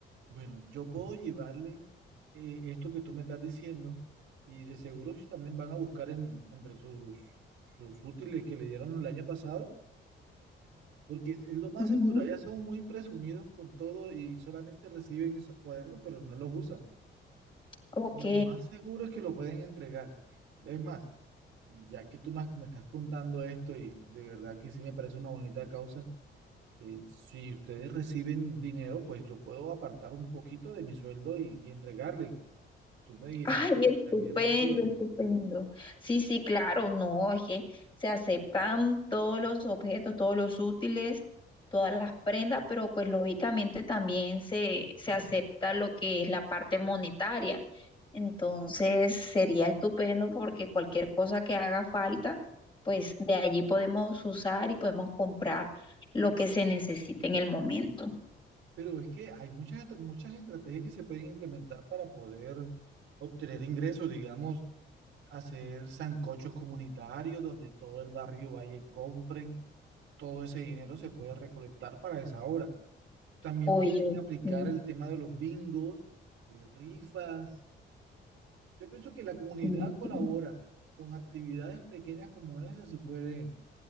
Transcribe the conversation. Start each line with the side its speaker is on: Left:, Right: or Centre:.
Right: Bueno, yo puedo llevarle eh, esto que tú me estás diciendo y de seguro ellos también van a buscar en- entre sus, sus útiles que le dieron el año pasado, porque es lo más
Left: Ujú.
Right: seguro, ya son muy presumidos con todo y solamente reciben esos cuadernos, pero no los usan.
Left: Ok.
Right: Lo más seguro es que lo pueden entregar. Es más, ya que tú más me estás contando esto y de verdad que sí me parece una bonita causa, Eh, si ustedes reciben dinero, pues yo puedo apartar un poquito de mi sueldo y, y entregarle. Tú me dirás,
Left: Ay,
Right: si
Left: estupendo,
Right: también reciben.
Left: estupendo. Sí, sí, claro, no, es que se aceptan todos los objetos, todos los útiles, todas las prendas, pero pues lógicamente también se, se acepta lo que es la parte monetaria. Entonces sería estupendo porque cualquier cosa que haga falta, pues de allí podemos usar y podemos comprar lo que se necesite en el momento.
Right: Pero es que hay muchas, estra- muchas estrategias que se pueden implementar para poder obtener ingresos, digamos, hacer sancochos comunitarios donde todo el barrio vaya y compre. Todo ese dinero se puede recolectar para esa obra. También
Left: Oye,
Right: pueden aplicar
Left: sí,
Right: el tema de los bingos, eh, rifas. Yo pienso que la comunidad
Left: sí,
Right: colabora
Left: sí.
Right: con actividades pequeñas como esas, si pueden,